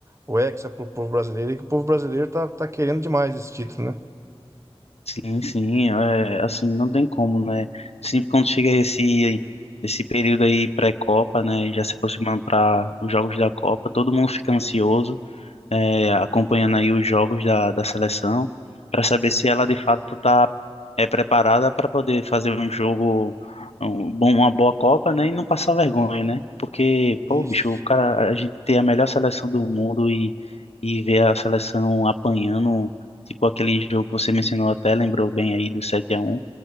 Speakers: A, on the right; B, on the left.
A: o Hexa pro povo brasileiro, e que o povo brasileiro tá, tá querendo demais esse título, né?
B: Sim, sim, é, assim não tem como, né? Sempre quando chega esse esse período aí pré-Copa, né, já se aproximando para os jogos da Copa, todo mundo fica ansioso. é, acompanhando aí os jogos da, da seleção, para saber se ela de fato está é, preparada para poder fazer um jogo, um, bom, uma boa Copa, né? E não passar vergonha, né? Porque, pô,
A: Isso.
B: bicho, o cara, a gente tem a melhor seleção do mundo e, e ver a seleção apanhando, tipo aquele jogo que você mencionou até, lembrou bem aí do sete a um